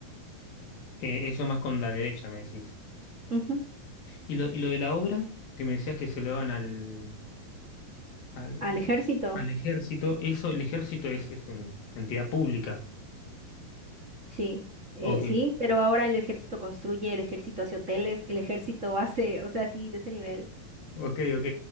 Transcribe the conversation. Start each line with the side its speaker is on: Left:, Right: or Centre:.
Left: Eh, eso más con la derecha, me decís.
Right: Ujú.
Left: ¿Y lo, y lo de la obra que me decías que se lo daban al, al,
Right: Al ejército,
Left: al ejército? Eso, el ejército es, es una entidad pública.
Right: sí. Eh,
Left: Ok,
Right: sí, pero ahora el ejército construye, el ejército hace hoteles, el ejército hace, o sea, sí, de ese nivel.
Left: ok, ok.